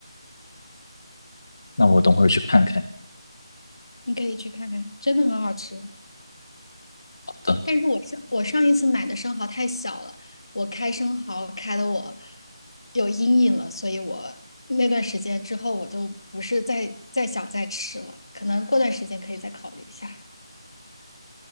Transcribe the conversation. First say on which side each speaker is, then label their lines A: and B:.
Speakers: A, on the left (about 45°); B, on the left (about 65°).
A: 那我等会儿去看看。
B: 你可以去看看，真的很好吃。
A: 好的。
B: 但是我上我上一次买的生蚝太小了，我开生蚝开的我有阴影了，所以我那段时间之后我就不是再再想再吃了，可能过段时间可以再考虑一下。